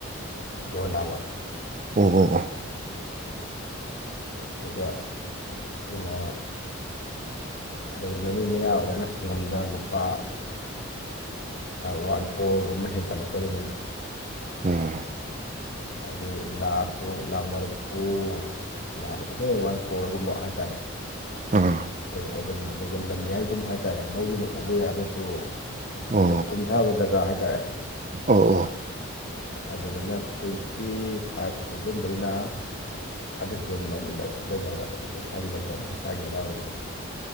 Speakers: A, on the left; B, on the right.
A: ꯌꯣꯟꯅꯕ
B: ꯑꯣ ꯍ ꯋꯥ
A: ꯑꯗꯨꯒ ꯀꯩꯅꯣ ꯑꯗꯨꯒ ꯂꯝꯕꯤ ꯃꯌꯥ ꯑꯣꯏꯒꯅ ꯁꯪꯉꯝꯗ ꯂꯨꯄꯥ ꯋꯥꯠ ꯀꯣꯔꯣꯔ ꯃꯍ ꯍꯦꯟꯒꯂꯛ ꯀ ꯑꯗꯨꯅꯦ
B: ꯑꯣ
A: ꯍꯥꯏꯗꯤ ꯂꯥꯛꯇꯣ ꯂꯥꯛ ꯃꯔꯔꯤꯐꯨ ꯂꯥꯈ ꯍꯈꯣꯏ ꯋꯥꯟ ꯀꯣꯔꯒꯨꯝꯕ ꯍꯥꯏꯇꯥꯔꯦ
B: ꯎꯝ
A: ꯑꯗꯨꯝ ꯑꯣꯏꯗꯣꯏꯅꯦ ꯑꯗꯨꯒ ꯂꯝꯌꯥꯏꯒꯨꯝꯕ ꯍꯥꯏꯇꯥꯔꯦ ꯂꯧꯗꯨꯅ ꯎꯕ ꯌꯥꯔꯒꯁꯨ ꯁꯨ
B: ꯑꯣ
A: ꯈꯔ ꯀꯨꯝꯊꯕ ꯖꯒꯥ ꯍꯥꯏꯇꯥꯔꯦ
B: ꯑꯣ ꯑꯣ
A: ꯑꯗꯨꯗꯅ ꯇ꯭ꯋꯦꯟꯇꯤ ꯐꯥꯏꯚ ꯊꯥꯎꯖꯟꯗꯩꯅ ꯊꯥꯔꯇꯤ ꯊꯥꯎꯖꯟ ꯂꯩꯅꯕ ꯑꯩꯈꯣꯏ ꯏꯁꯥꯒꯤ ꯂꯝꯗꯝꯗ ꯑꯈꯣꯌ ꯁꯥꯏꯒꯤ ꯑꯗꯋꯥꯏꯗꯗꯤ